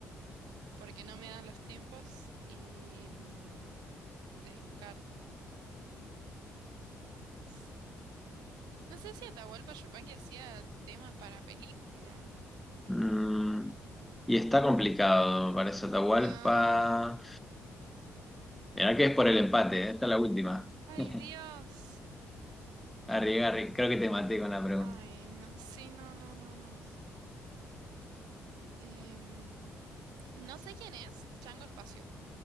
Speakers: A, on the right; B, in the centre.
A: porque no me dan los tiempos y mm, descarto, no sé. No sé si Atahualpa Yupanqui hacía temas para película.
B: Mm, y está complicado para eso, Atahualpa.
A: Ah,
B: Mirá que es por el empate, ¿eh? Esta es la última.
A: ay,
B: <laughs>
A: Dios.
B: Arri, arri, creo que te maté con la pregunta.
A: Ay, no, sí, no, no, no, no. Em, no sé quién es Chango Espacio.